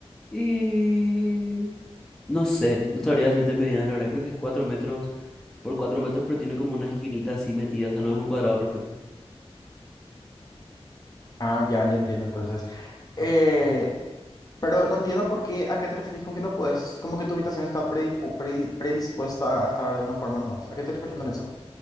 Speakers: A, in the centre; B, on the left.
A: Y no sé, no sabría decirte medidas, la verdad. Creo que es cuatro metros por cuatro metros, pero tiene como una esquinita así metida, o sea, no es un cuadrado perfecto.
B: Ah, ya, ya entiendo entonces. Eh, pero no entiendo por qué, ¿a qué te referís con que no puedes? Como que tu habitación está predipo- predi- predispuesta a estar de una forma nomás. ¿A qué te referís con eso?